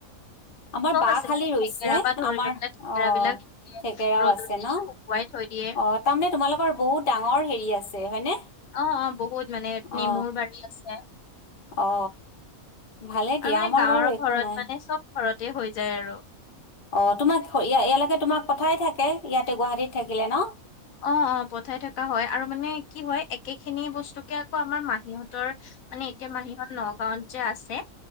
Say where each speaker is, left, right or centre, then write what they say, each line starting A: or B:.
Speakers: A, on the left; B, on the left.
A: আমাৰ
B: চব
A: বাহ
B: আছে
A: খালী
B: মানে
A: ৰৈছে
B: থেকেৰা পৰা ধৰি
A: আমাৰ
B: লৈ পেলাই থেকেৰা
A: অ'
B: বিলাক এনেকে
A: থেকেৰাও
B: ৰ'দত
A: আছে
B: দি
A: ন
B: দি শুকুৱাই থৈ দিয়ে
A: অ' তাৰমানে তোমালোকৰ বহুত ডাঙৰ হেৰি আছে হয়নে?
B: অ' অ' বহুত মানে নেমুৰ
A: অ
B: বাৰী আছে। আৰু
A: অ ভালে দিয়া
B: মানে
A: আমাৰ
B: গাঁৱৰ
A: বাৰু একো
B: ঘৰত
A: নাই
B: মানে চ'ব ঘৰত হৈ যায় আৰু
A: অ তোমাক ইয়ালৈকে তোমাক কথাই থাকে ইয়াতে গুৱাহাটীত থাকিলে ন
B: অ অ পঠাই থকা হয় আৰু মানে কি হয় একে খিনি বস্তুকে আকৌ আমাৰ মাহীহঁতৰ মানে এতিয়া মাহীহত নগাঁওত যে আছে